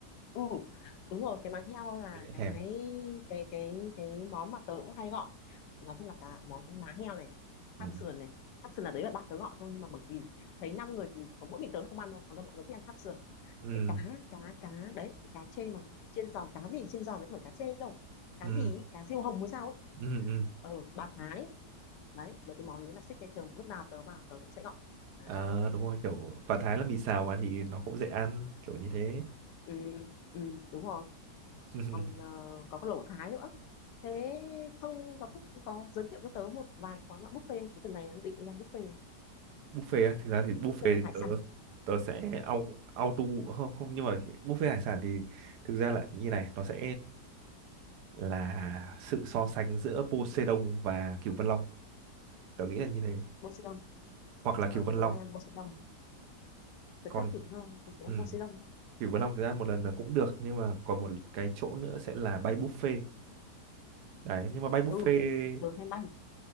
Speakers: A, on the left; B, on the right.
A: ừ đúng rồi cái má heo là
B: dễ
A: cái
B: thèm
A: cái cái cái món mà tớ cũng hay gọi nói chung là cả món má heo này
B: ừ.
A: tháp sườn này tháp sườn là đấy là bạn tớ gọi thôi nhưng mà bởi vì thấy năm người thì có mỗi mình tớ là không ăn thôi còn đâu mọi người thích ăn tháp sườn
B: ừ
A: cái cá cá cá đấy cái cá chê mà chiên giòn cá gì chiên giòn đấy không phải cá chê đâu cá
B: ừ
A: gì ý, cá diêu hồng hay sao ấy
B: ừ ừ
A: ờ bà Thái đấy mấy cái món đấy là signature mà lúc nào tớ vào tớ cũng sẽ gọi đấy
B: Ờ, đúng rồi kiểu và Thái là mì xào mà thì nó cũng dễ ăn kiểu như thế
A: ừ, ừ đúng rồi
B: <laughs>
A: còn ờ, có cái lẩu Thái nữa Thế Thông có thích có giới thiệu cho tớ một vài quán bạn buffet không? Cuối tuần này đang định đi ăn buffet
B: buffet á, thực ra thì buffet
A: buffet
B: thì
A: hải
B: tớ
A: sản
B: tớ sẽ au- auto không không nhưng mà buffet hải sản thì thực ra là như này nó sẽ là sự so sánh giữa Poseidon và Cửu Vân Long tớ nghĩ là như thế
A: Poseidon.
B: hoặc là
A: Ờ,
B: Cửu Vân
A: tớ
B: Long
A: hay ăn Poseidon. Tớ
B: còn
A: chưa ăn kiểu ngon, tớ chỉ
B: ừ,
A: ăn Poseidon thôi.
B: Cửu Vân Long thực ra một lần là cũng được nhưng mà còn một cái chỗ nữa sẽ là bay buffet đấy nhưng mà bay buffet
A: Ừ, tớ hay bay